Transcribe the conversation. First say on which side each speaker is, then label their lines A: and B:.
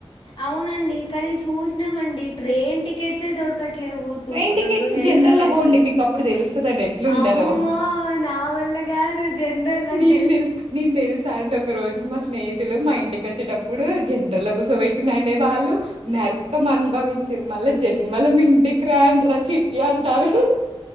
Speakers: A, on the left; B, on the right.
A: అవునండి కానీ చూసినామండి ట్రైన్ టికెట్స్ దొరకట్ లెవ్వు టు
B: ట్రైన్ టికెట్స్
A: రెండు నెలల
B: జనరల్
A: వారికి
B: లో పోండి మీకు అప్పుడు తెలుస్తదండి ఎట్లుండదో
A: అమ్మో నా వల్ల కాదు జనరల్ నాకు
B: నేన్ తెలుసు నేన్ తెలుసా అండి ఒక రోజు మస్తు స్నేహితులు మా ఇంటికి వచ్చేటప్పుడు జనరల్ లో గుసబెట్టినే వాళ్ళు నరకం అనుభవించారు మళ్ళా జన్మల మీ ఇంటికి రాను అంటరా చిట్టి అంటారు హాహా